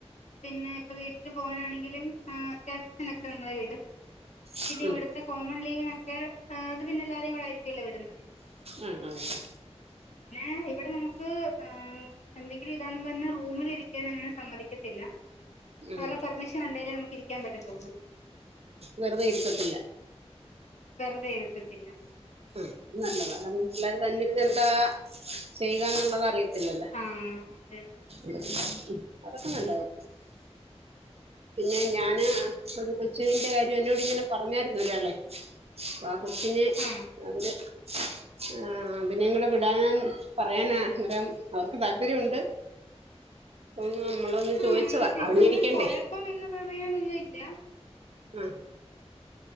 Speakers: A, on the left; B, on the right.
A: പിന്നെ ഇപ്പൊ വീട്ടിൽ പോകാനാണെങ്കിലുംആ അത്യാവശ്യതിനൊക്കെ നമ്മളെ വീടും
B: ഉം
A: പിന്നെ ഇവ്ട്ത്തെ കോമൺ ലീവിനൊക്കെ അത് പിന്നെ എല്ലാരും കൂടെ ആയിരിക്കല്ലോ വിടുന്നത്.
B: ആഹ് ആഹ്.
A: ഏ ഇവിടെ നമുക്ക് ആ എന്തെങ്കിലും ഇതാന്ന് പർഞ്ഞ് റൂമിൽ ഇരിക്കൻ അങ്ങനെ സമ്മതിക്കത്തില്ല.
B: ഉം
A: അവറേ പെർമിഷൻ ഉണ്ടേലെ നമുക്ക് ഇരിക്കാൻ പറ്റത്തുള്ളൂ.
B: വെറ്തെ ഇര്ത്തത്തില്ല.
A: വെറ്തെ ഇര്ത്തത്തില്ല.
B: ആ നല്ലതാ കാരണം പിള്ളേർ തന്നെ രുന്ന് എന്താ ചെയ്യുകാന്ന്ള്ളത് അറിയോ ഇല്ലലെ
A: ആഹ് അതെ അതെ
B: മ് അതൊക്കെ നല്ലാകാ പിന്നെ ഞാന് ഒരു കൊച്ചുവിൻ്റെ കാര്യം എന്നോട് ഇങ്ങനെ പറഞ്ഞാരുന്നു ഒരാളെ അപ്പ ആ കൊച്ചിന്
A: ആഹ്
B: അവര് ആ അതിനെങ്ങട് വിടാൻ പറയാനാ അന്നേരം അവർക്ക് താല്പര്യംഉണ്ട്. ഉം നമ്മളൊന്ന് ചോയിച്ചതാ
A: ആഹ് മീൻസ്
B: അറിഞ്ഞിരിക്കണ്ടേ.
A: ഇവിടൊന്നും കൊഴപ്പം എന്ന് പറയാനൊന്നും ഇല്ല
B: ആഹ്